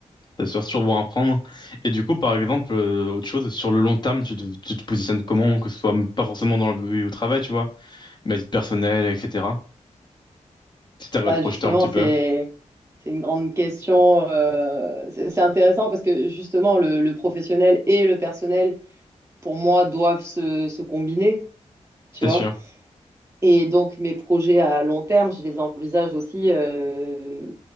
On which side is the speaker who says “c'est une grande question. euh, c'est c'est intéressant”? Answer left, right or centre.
Right